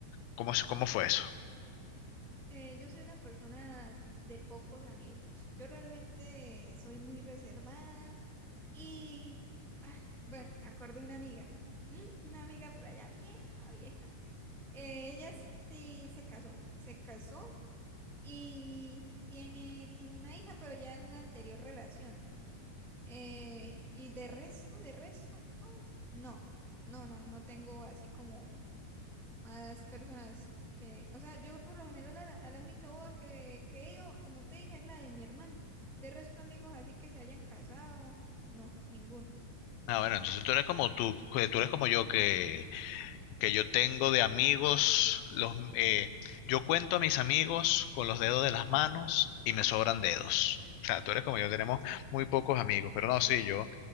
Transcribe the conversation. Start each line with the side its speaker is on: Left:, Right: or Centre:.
Left: cómo, se- cómo fue eso?
Centre: Eh, yo soy una persona de pocos amigos. Yo realmente soy muy reservada y, ah, bueno, me acordé de una amiga, ¿m? una amiga por allá vieja, vieja. Eh, ella sí se casó, se casó y tiene, tiene una hija, pero ya en una anterior relación. Eh, y de resto, de resto, no, no, no, no tengo así como más personas. que- o sea, yo por lo general a la, a la única boda que, que he ido, como te dije, es la de mi hermano. De resto, amigos así que se hayan casado, no, ninguno.
Left: Ah, bueno, entonces tú eres como tú, que tú eres como yo que que yo tengo de amigos, los, eh, yo cuento a mis amigos con los dedos de las manos y me sobran dedos. O sea, tú eres como yo, tenemos muy pocos amigos, pero no, sí, yo,